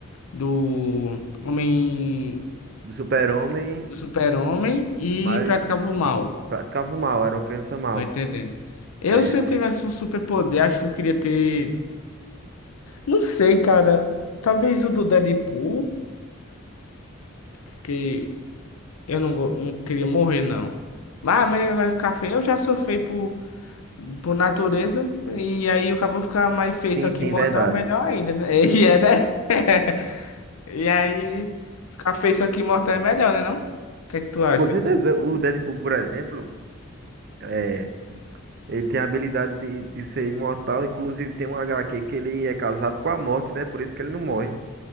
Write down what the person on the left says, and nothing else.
do Homem.
do super-homem e
praticava o mal.
Tô entendendo. Eu,
se eu tivesse um superpoder, acho que eu queria ter. Não sei, cara. Talvez o do Deadpool, porque eu não, go- não queria morrer, não. Mas mesmo vai ficar feio. Eu já sou feio por, por natureza. E aí o cabo ficar mais feio,
só
que imortal,
melhor ainda, né? <laughs> E é, né? <laughs> E aí, ficar feio, só que imortal é melhor, né? Não? O que é que tu acha?